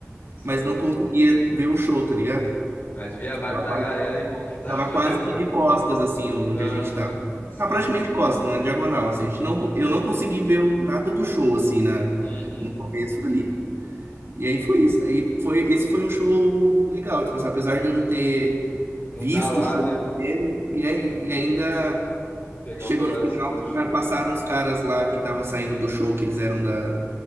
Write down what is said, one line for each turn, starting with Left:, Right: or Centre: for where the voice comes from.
Left: sim.
Right: mas não conseguia ver o show, tá ligado?
Left: Mas vi a
Right: Tipo,
Left: vibe
Right: Tava
Left: da
Right: quase,
Left: galera e como que tava
Right: tava
Left: <laughs> acontecendo.
Right: quase que de costas, assim, onde
Left: Aham,
Right: a gente tava.
Left: sim.
Right: Ah, praticamente de costas, na diagonal, assim. A gente não, co- eu não consegui ver o- nada do show, assim, na,
Left: Uhum.
Right: no começo ali. E aí foi isso. Aí foi, esse foi um show legal, tipo assim, apesar de eu não ter
Left: Não
Right: visto
Left: tá lá,
Right: o show
Left: né?
Right: primeiro e, aí, e ainda
Left: Pegar
Right: chegou
Left: um pedacinho
Right: no final,
Left: do show.
Right: passaram uns caras lá que estavam saindo do show, que eles eram da.